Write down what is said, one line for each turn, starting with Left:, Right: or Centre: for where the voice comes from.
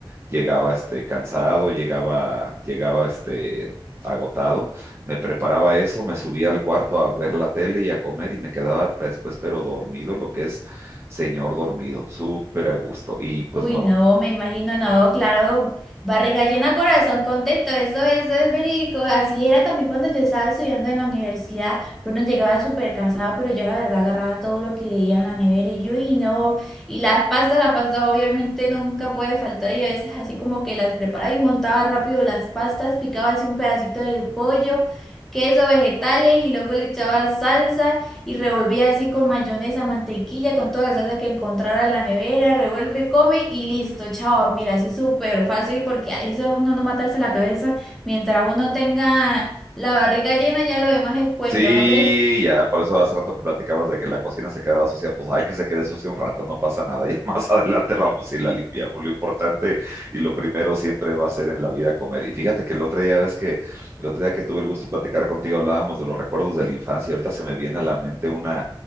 Right: llegaba este, cansado, llegaba, llegaba este, agotado, me preparaba eso, me subía al cuarto a ver la tele y a comer y me quedaba después, pero dormido, lo que es señor dormido, súper a gusto. Y pues
Centre: Uy,
Right: no
Centre: no, me imagino, no, claro, barriga llena, corazón contento, eso, eso es verídico. Así era también cuando yo estaba estudiando en la universidad. Bueno, llegaba súper cansada, pero yo la verdad agarraba todo lo que veía en la nevera y yo, y no, y las pastas, la pasta obviamente nunca puede faltar y a veces así como que las preparaba y montaba rápido las pastas, picaba así un pedacito de pollo, queso, vegetales y luego le echaba salsa y revolvía así con mayonesa, mantequilla, con toda la salsa que encontrara en la nevera, revuelve, come y listo, chao, a dormir, así súper fácil porque ahí se va uno a no matarse la cabeza, mientras uno tenga la barriga llena ya lo demás es cuento,
Right: Sí,
Centre: ¿no crees?
Right: ya, por eso hace rato que platicabas de que la cocina se quedaba sucia, pues hay que se quede sucia un rato, no pasa nada, ya <laughs> más adelante vamos y la limpiamos. Lo importante y lo primero siempre va a ser en la vida comer. Y fíjate que el otro día, ves que el otro día que tuve el gusto de platicar contigo, hablábamos de los recuerdos de la infancia, y ahorita se me viene a la mente una,